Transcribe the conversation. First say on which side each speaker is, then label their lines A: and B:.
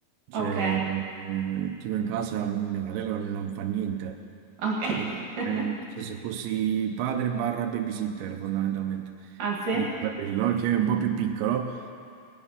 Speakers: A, on the right; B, on the right.
A: Cioè,
B: Ok,
A: eh, tipo in casa mio fratello non fa niente.
B: ok.
A: Cioè, io,
B: <laughs>
A: eh, se, se fossi padre barra babysitter fondamentalmente.
B: Ah, sì?
A: Quindi mio fratello, che è un po' più piccolo.